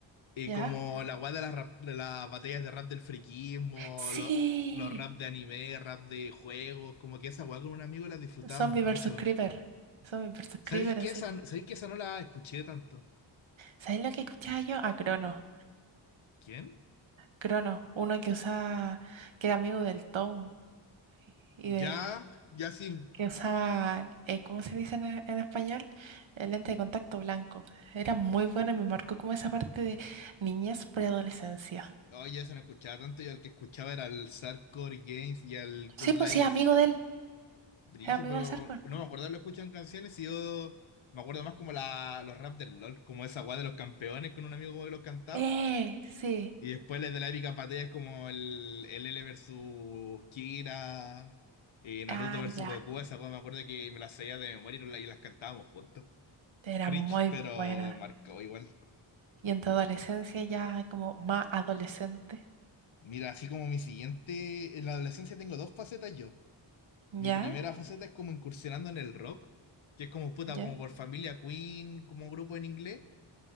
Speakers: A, on the left; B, on the right.
A: eh,
B: ¿Ya?
A: como la guay de las, rap- de las batallas de rap del friquismo,
B: Sí.
A: lo- los rap de anime, rap de juegos, como que esa guay con un amigo la disfrutábamos
B: Zombie
A: mucho.
B: versus Creeper. Zombie versus Creeper,
A: ¿Sabéis que
B: así.
A: esa, sabéis que esa no la escuché tanto?
B: ¿Sabes lo que escuchaba yo? A Crono.
A: ¿Quién?
B: Crono, uno que usaba, que era amigo del Tone y
A: Ya,
B: del...
A: ya sí.
B: que usaba, eh, ¿cómo se dice en, en español? El lente de contacto blanco. Era muy bueno y me marcó como esa parte de niñez preadolescencia.
A: Oye, ya se no escuchaba tanto. Yo al que escuchaba era al Sarcore Games y al Cool
B: Sí, pues
A: Life
B: sí, amigo de él,
A: Brige,
B: es amigo
A: pero
B: del Sarkor.
A: no me acuerdo, lo escuchan canciones y yo me acuerdo más como la, los rap del LOL, como esa guay de los campeones con un amigo como que los cantamos.
B: Eh, sí,
A: Y después les de la épica batalla es como el, el L versus Kira, y Naruto
B: ah,
A: versus
B: ya,
A: Goku. Esa guay me acuerdo que me las sabía de memoria y no la- y las cantábamos juntos.
B: era
A: Cringe,
B: muy
A: pero
B: buena.
A: marcó igual.
B: Y en tu adolescencia ya como más adolescente.
A: Mira, así como mi siguiente, en la adolescencia tengo dos facetas yo.
B: Ya,
A: Mi primera faceta es como incursionando en el rock, que es como puta,
B: ya,
A: como por familia Queen, como grupo en inglés.